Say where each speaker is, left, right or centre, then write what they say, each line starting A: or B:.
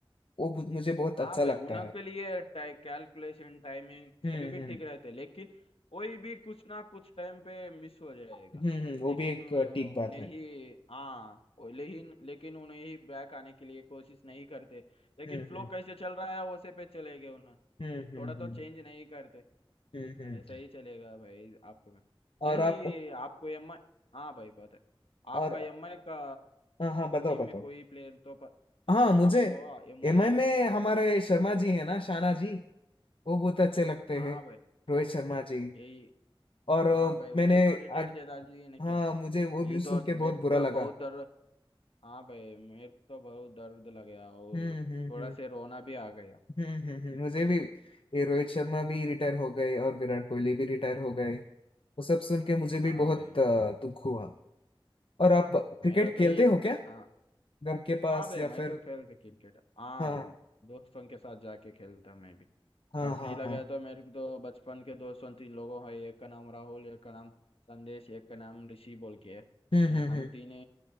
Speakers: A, on the left (about 70°); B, on the left (about 85°).
A: वो बु- मुझे बहुत
B: हाँ
A: अच्छा
B: भाई
A: लगता
B: उनके
A: है
B: लिए कैलकुलेशन टाइमिंग
A: हम्म
B: सभी भी
A: हम्म
B: ठीक रहते लेकिन कोई भी कुछ ना कुछ टाइम पे मिस हो जाएगा
A: हम्म हम्म, वो
B: लेकिन
A: भी एक
B: अ,
A: ठीक बात
B: उन्हें
A: है
B: ही हाँ वो- लेकिन लेकिन उन्हें ही बैक आने के लिए कोशिश नहीं करते लेकिन
A: हम्म
B: फ्लो
A: हम्म
B: कैसे चल रहा है वैसे पे चले गए उन्हें
A: हम्म हम्म
B: थोड़ा तो चेंज नहीं करते
A: हम्म हम्म, हम्म।
B: ऐसा ही चलेगा भाई आपको
A: और
B: यही
A: आप
B: आपको एम आई हाँ भाई बात है
A: और
B: आपका एम आई का
A: हाँ हाँ बताओ
B: टीम
A: बताओ
B: में कोई प्लेयर तो पर,
A: हाँ मुझे
B: आपको एम
A: एमआई
B: आई
A: में हमारे शर्मा जी है ना शाना जी वो बहुत अच्छे लगते
B: हाँ
A: हैं
B: भाई
A: रोहित शर्मा जी
B: यही
A: और अ,
B: हाँ भाई उन्हें
A: मैंने
B: तो रिटायर
A: आज
B: दे डाल जी ने क्या
A: हाँ मुझे वो न्यूज़
B: यही तो
A: सुन के बहुत
B: मेरे को
A: बुरा
B: तो
A: लगा
B: बहुत दर्द हाँ भाई मेरे को तो बहुत दर्द लग गया और
A: हम्म हम्म
B: थोड़ा
A: हम्म
B: से रोना भी आ गया
A: हम्म हम्म हम्म, मुझे भी ये रोहित शर्मा भी रिटायर हो गए और विराट कोहली भी रिटायर हो गए वो सब सुन के मुझे भी
B: हाँ
A: बहुत
B: भाई
A: अ, दुख हुआ और आप क्रिकेट
B: मेरा
A: खेलते
B: तो ये
A: हो क्या
B: हाँ
A: घर के पास
B: हाँ भाई
A: या
B: मैं
A: फिर
B: तो खेलता क्रिकेट हाँ
A: हाँ
B: दोस्तों के साथ जाके खेलता मैं भी
A: हाँ
B: काफी
A: हाँ
B: लगा
A: हाँ
B: तो मेरे को तो बचपन के दोस्तों तीन लोगों है एक का नाम राहुल एक का नाम संदेश एक का नाम ऋषि बोल के है
A: हम्म
B: ये
A: हम्म
B: हम
A: हम्म
B: तीन